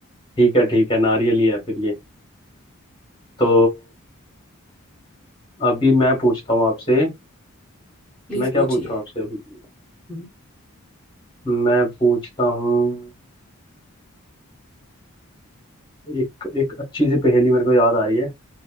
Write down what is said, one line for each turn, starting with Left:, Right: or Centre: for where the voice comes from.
Left: ठीक है ठीक है नारियल ही है फिर ये तो अभी मैं पूछता हूँ आपसे
Centre: प्लीज
Left: मैं क्या
Centre: पूछिए
Left: पूछूं आपसे अभी
Centre: हम्म,
Left: मैं पूछता हूँ एक एक अच्छी सी पहेली मेरे को याद आ रही है